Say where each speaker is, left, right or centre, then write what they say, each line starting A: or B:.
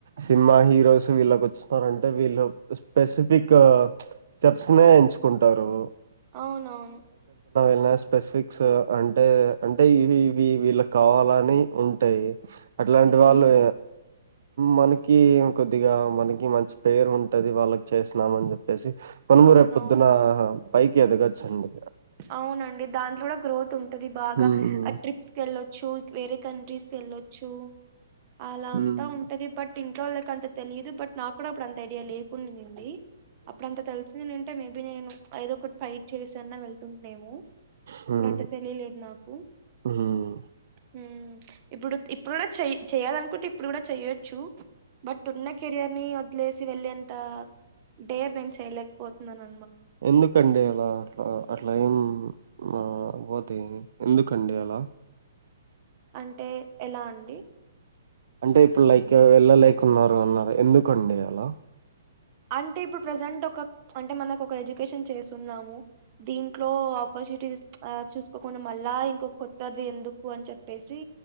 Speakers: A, on the right (about 65°); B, on the right (about 40°).
A: సినిమా హీరోస్ వీళ్ళకి <unintelligible> న్నారంటే వీళ్ళ స్పెసిఫిక్ చెప్స్నే ఎంచుకుంటారు
B: అవునవును
A: ఎలా స్పెసిఫిక్స్ అంటే అంటే ఇవి ఇవి వీళ్ళ కావాలని ఉంటాయి అట్లాంటి
B: ఉమ్
A: వాళ్ళు మనకి కొద్దిగా మనకి మంచి పేరు ఉంటది వాళ్ళకి చేసినామని చెప్ చెప్పేసి మనము
B: అవునవును
A: రేప్ పొద్దున పైకి ఎదగోచ్చండి
B: అవునండి దాంట్లో కూడా గ్రోత్ ఉంటది బాగా
A: హ్మ్
B: ఆ ట్రిప్స్ కేళ్ళొచ్చు వేరే కంట్రీస్కి ఏళ్ళొచ్చు అలా
A: హ్మ్
B: అంతా ఉంటది బట్ ఇంట్లో వాళ్ళకి అంత తెలియదు బట్ నాకు కూడా అప్పుడు అంత ఐడియా లేకుండింది ది అప్పుడంత తెలిసిందంటే మేబి నేను ఎదొకటి ఫైట్ చేసన్న వేల్ తుంటేమో
A: హ్మ్
B: అప్పుడంత తెలిలేదు నాకు
A: హ్మ్
B: హ్మ్ ఇప్పుడు ఇప్పుడు కూడా చేయి చేయాలనుకుంటే ఇప్పుడు కూడా చేయొచ్చు బట్ ఉన్న కెరియర్ ని వదిలేసి వెళ్ళేంత డేర్ నేను చేయలేకపోతున్నాన్
A: ఎందుకండే లా ఆ అట్లా ఏం మా పోతే ఎందుకండి అలా
B: అంటే ఎలా అండి
A: అంటే ఇప్పుడు లైక్ వెళ్ళలేకున్నారు అన్నారు ఎందుకండి అలా
B: అంటే ఇప్పుడు ప్రజెంట్ ఒక అంటే మనకు ఒక ఎడ్యుకేషన్ చేసున్నాము దీంట్లో ఆపర్చునిటీస్ ఆ చూసుకోకుండా మళ్ళా ఇంకొ కొత్తది ఎందుకు అని చెప్పేసి